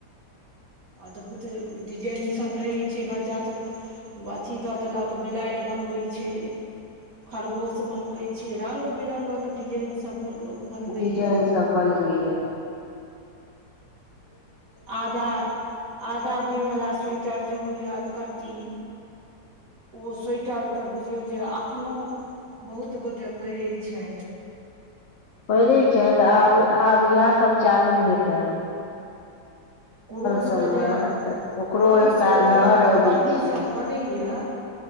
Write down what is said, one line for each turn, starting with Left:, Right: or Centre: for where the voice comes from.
Right: अदभूत डिजाइन सब रहै छै बच्चा सब। अथी दऽ देलक बिलारि बनबै छै। खरगोश बनबै छै रंग बिरंगक डिजाइन सब लोक। बनबैया
Left: डिजाइन सभ बनबैए
Right: आधा आधा बाहि वला स्वेटर जे होइया अदकट्टी ओ सोइटर तऽ बुझियौ जे अखनो बहुत गोटे पहिरै छै
Left: परै छैथ तऽ आब आब इहे सब चालू हेतैन
Right: कुरूस
Left: सबमे
Right: के जे
Left: तऽ ओकरो
Right: कुरूस
Left: एकटा
Right: के
Left: लहर
Right: जे
Left: अबै
Right: बण्डी
Left: छै
Right: सब बनैये।